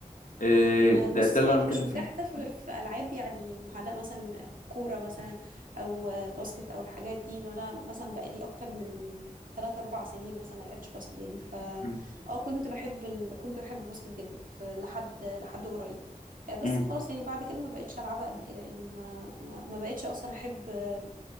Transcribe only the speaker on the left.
آه،
ده
ده
اللي انا بتكلم
فيه
م-
م-